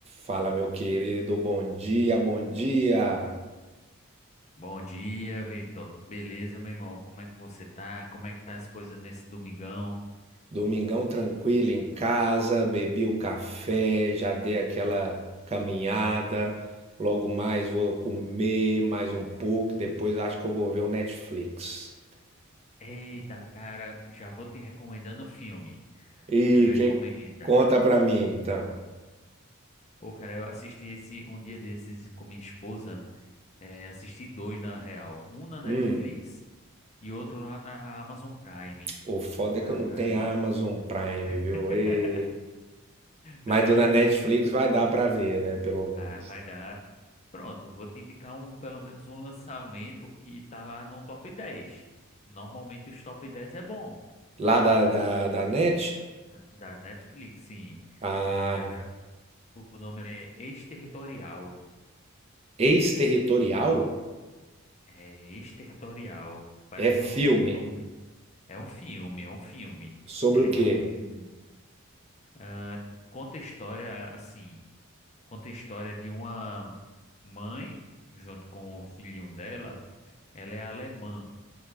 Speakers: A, on the right; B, on the left.
A: Fala, meu querido, bom dia, bom dia.
B: Bom dia, Vitor. Beleza, meu irmão? Como é que você tá? Como é que tá as coisas nesse domingão?
A: Domingão tranquilo em casa, bebi o café, já dei aquela caminhada. Logo mais vou comer mais um pouco, e depois acho que eu vou ver o Netflix.
B: Eita, cara, já vou te recomendando o filme.
A: E
B: Eu recomendo.
A: que
B: ah,
A: conta pra mim, então?
B: Pô, cara, eu assisti esse um dia desses com minha esposa. É, assisti dois, na real. Um na Netflix
A: Hum,
B: e outro lá na Amazon Prime.
A: o foda é
B: Ah,
A: que eu não tenho Amazon Prime, viu?
B: <laughs>
A: E...
B: Ei.
A: Mas do da Netflix vai dar pra ver, né? Pelo menos.
B: Ah, vai dar. Pronto, vou te indicar um, pelo menos um lançamento que tá lá no top 10. Normalmente os top 10 é bom.
A: Lá da, da, da Net?
B: Da Netflix, sim.
A: Ah,
B: É, o nome é Exterritorial.
A: Exterritorial
B: É Exterritorial. Parece
A: é filme.
B: um, um nome. É um filme, é um filme.
A: Sobre
B: Ele
A: o quê?
B: tem um. ah, conta a história, assim. Conta a história de uma mãe, junto com o filhinho dela. Ela é alemã.